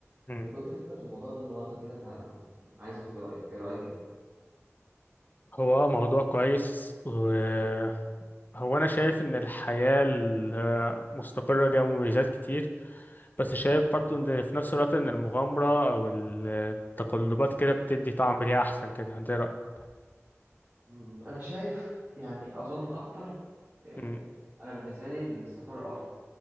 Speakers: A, on the left; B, on the right.
A: مم.
B: انا كنت بفكر في الموضوع ده النهارده كده فعايز اخد رايك ايه رايك
A: هو موضوع كويس وهو أنا شايف إن الحياة المستقرة ليها مميزات كتير بس شايف برضه إن في نفس الوقت إن المغامرة أو التقلبات كده بتدي طعم ليها أحسن كده أنت إيه رأيك؟
B: مم. انا شايف يعني اظن اكتر آه،
A: مم.
B: انا بالنسبه لي الاستقرار افضل